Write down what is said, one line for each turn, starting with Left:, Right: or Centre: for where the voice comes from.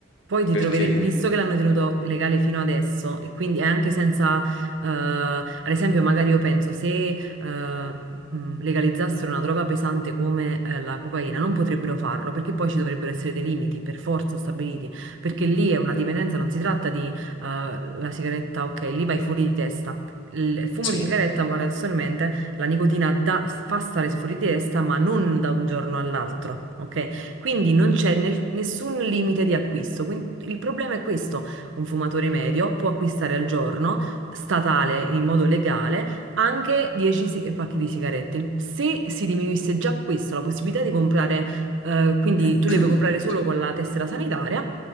Right: Poi ti
Left: perché
Right: troverete,
Left: mm,
Right: visto che l'hanno tenuto legale fino adesso, e quindi è anche senza, eh, ad esempio, magari io penso se eh, mh, legalizzassero una droga pesante come eh, la cocaina, non potrebbero farlo perché poi ci dovrebbero essere dei limiti per forza stabiliti, perché lì è una dipendenza, non si tratta di eh, la sigaretta, ok, lì vai fuori di testa. Il il fumo
Left: sì,
Right: di sigaretta, paradossalmente, la nicotina dà- fa stare fuori di testa, ma non da un giorno all'altro, ok? Quindi non c'è nel- nessun limite di acquisto. Quindi il problema è questo: un fumatore medio può acquistare al giorno, statale in modo legale, anche 10 si- pacchi di sigarette. Il- Se si diminuisse già questo, la possibilità di comprare, eh, quindi
Left: <clears throat>
Right: tu le puoi comprare solo
Left: sì,
Right: con la tessera sanitaria,